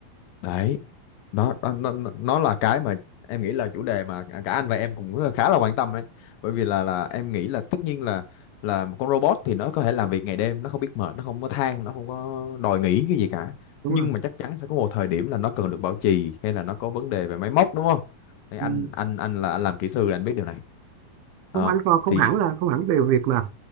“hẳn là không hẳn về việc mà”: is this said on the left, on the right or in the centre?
Right